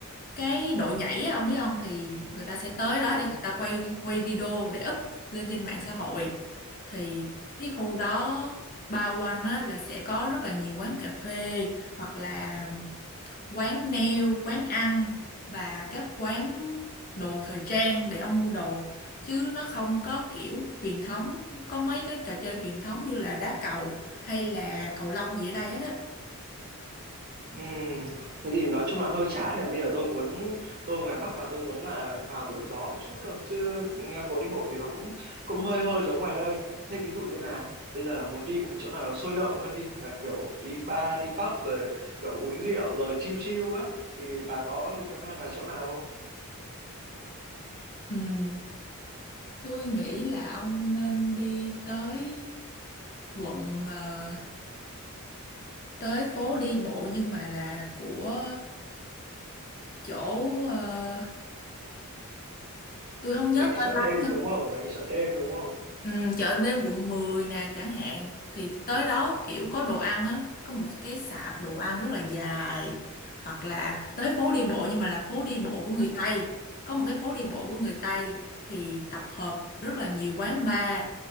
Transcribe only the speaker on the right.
Ừ.
Ừm, Thế thì nói chung là hơi chán là bây giờ tôi muốn tôi ngoài Bắc vào tôi muốn là vào đổi gió một chút cơ chứ nghe phố đi bộ thì nó cũng cũng hơi hơi giống ngoài đây thế ví dụ như là bây giờ là muốn đi một cái chỗ nào nó sôi động hơn đi là kiểu đi bar đi pub rồi kiểu uống rượu rồi chill chill á thì bà có recommend vài chỗ nào không
mấy cái
chợ
đêm
đúng không mấy cái chợ đêm đúng không
ừ,